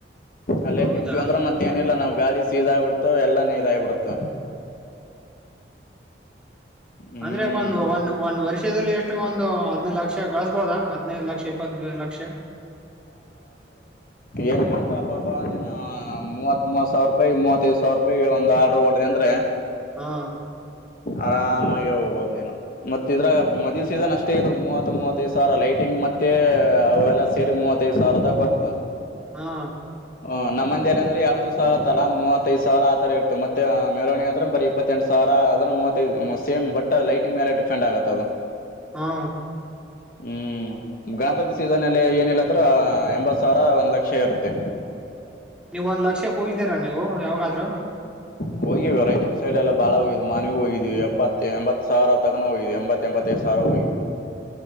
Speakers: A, on the left; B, in the centre.
A: ಅಲ್ಲೇ
B: ಹೌದಾ
A: ನಿಂತೀವಿ ಅಂದ್ರ ಮತ್ತೇನಿಲ್ಲ ನಾವ್ ಗಾಡಿ ಸೀದಾಗಿಬಿಡ್ತೋ ಎಲ್ಲಾ ನೀ ಇದಾಗಿಬಿಡತು ಹ್ಮ್
B: ಅಂದ್ರೆ ಒಂದು ಒಂದ ಒಂದ್ ವರ್ಷದಲ್ಲಿ ಎಷ್ಟು ಒಂದು ಹದ್ನೈದು ಲಕ್ಷ ಕಳಸ್ಬೋದಾ ಹದ್ನೈದು ಲಕ್ಷ ಇಪ್ಪತ್ ಲಕ್ಷ
A: ಏನ್ ಹೇಳದಬ್ಬಾಬಾ ನೀ ಮೂವತ್ ಮೂವತ್ ಸಾವಿರ ರೂಪಾಯಿ ಮೂವತ್ತೈದು ಸಾವಿರ ರೂಪಾಯಿ ಒಂದು ಆರ್ಡ್ರ ಹೊಡ್ದ ಅಂದ್ರೆ
B: ಹಾ
A: ಆರಾಮಾಗಿ ಹೋಗ್ಬಹದು ನೀನು ಮತ್ತ ಇದ್ರಾಗ ಮದುವ ಸೀದನ್ ಅಷ್ಟೇ ಇದು ಮೂವತ್ತು ಮೂವತ್ತೈದು ಸಾವಿರ ಲೈಟಿಂಗ್ ಮತ್ತೆ ಅವೆಲ್ಲ ಸೇರಿ ಮೂವತ್ತೈದು ಸಾವಿರದಾಗ ಬರ್ತ
B: ಹಾ
A: ಹ್ಮ್ ನಮ್ಮ ಮಂದೇಲಿ ಅಂದ್ರೆ ಎರಡು ದಿವ್ಸ ಆತ್ತಲ್ಲಾ ಮೂವತ್ತೈದು ಸಾವಿರ ಆತರ ಇರ್ತ ಮತ್ತ ಮೇರವಣ ಅಂದ್ರ ಬರಿ ಇಪ್ಪತ್ತ ಎಂಟು ಸಾವಿರ ಅ ಮೂವತ್ತೈದು ಸೇಮ್ ಬಟ್ ಲೈಟಿಂಗ ಮೇಲೆ ಡಿಪೆಂಡ್ ಆಗುತ್ತೆ ಅದು
B: ಹಾ
A: ಹ್ಮಞ ಗಣಪತಿ ಸೀಸನಲ್ಲಿ ಏನಿಲ್ಲಾಂದ್ರೆ ಎಂಬತ್ತು ಸಾವಿರ ಒಂದು ಲಕ್ಷ ಇರುತ್ತೆ
B: ನೀವ ಒಂದ್ ಲಕ್ಷ ಕೂಯತೀರ ನೀವು ಯಾವಾಗಾದ್ ರ
A: ಹೋಗಿವೆ ರಾಯಚೂರು ಸೈಡ್ ಎಲ್ಲ ಬಾಳ ಹೋಗಿದ್ ಮನವಿ ಹೋಗಿದೀವಿ ಎಪ್ಪತ್ತ ಎಂಬತ್ತು ಸಾವಿರ ತಗನ ಹೋಗಿದೀವಿ ಎಂಬತ್ ಎಂಬತ್ತೈದು ಸಾವಿ ಹೋಗಿವವಿ